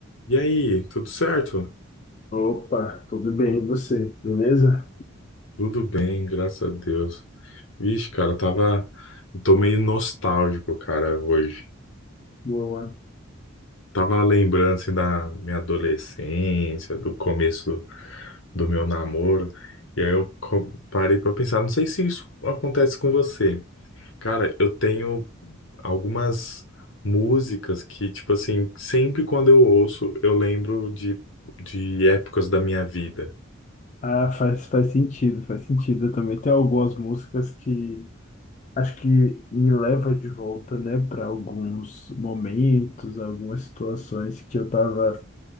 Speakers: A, on the left; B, on the left.
A: E aí, tudo certo?
B: Opa, tudo bem, e você? Beleza?
A: Tudo bem, graças a Deus. Vixe, cara, tava. eu Tô meio nostálgico, cara, hoje.
B: Boa.
A: Tava lembrando, assim, da minha adolescência, do começo do meu namoro. E aí eu co- parei pra pensar, não sei se isso acontece com você. Cara, eu tenho algumas músicas que, tipo assim, sempre quando eu ouço, eu lembro de, de épocas da minha vida.
B: Ah, faz, faz sentido, faz sentido. Eu também tenho algumas músicas que acho que me leva de volta, né, para alguns momentos, algumas situações que eu tava